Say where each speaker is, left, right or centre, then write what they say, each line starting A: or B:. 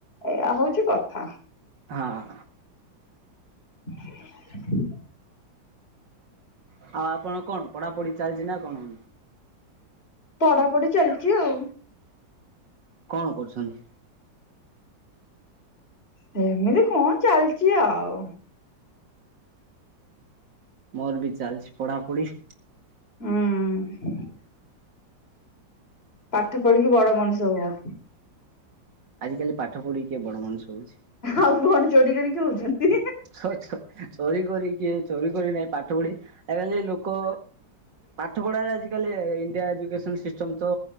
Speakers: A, on the left; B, on the right.
A: ଏଇଆ ହୋଉଚି କଥା।
B: ହଁ।
A: <unintelligible>
B: ହ ଆପଣ କଣ ପଢାପଢି ଚାଲିଚି ନା କଣ?
A: ପଢାପଢି ଚାଲିଚି ଆଉ।
B: କଣ କରୁଛନ୍ତି?
A: ସେମିତି କଣ ଚାଲଚି ଆଉ।
B: ମୋର ବି ଚାଲିଚି ପଢାପଢି।
A: ହୁଁ। ପାଠ ପଢିକି ବଡ଼ ମଣିଷ ହୁଅ।
B: ଆଜିିକାଲି ପାଠ ପଢିକି କିଏ ବଡ଼ ମଣିଷ ହଉଛି।
A: ଆଉ କଣ ଚୋରି କରିକି ହଉଛନ୍ତି।
B: ଚୋ ଚୋ ଚୋରି କରି କିଏ ଚୋରି କରି ନାହିଁ ପାଠ ପଢି ଆଜି କାଲି ଲୋକ ପାଠ ପଢାରେ ଆଜି ଆଜି କାଲି ଇଣ୍ଡିଆ ଏଜୁ କେଶନ ସିଷ୍ଟମ୍ ତ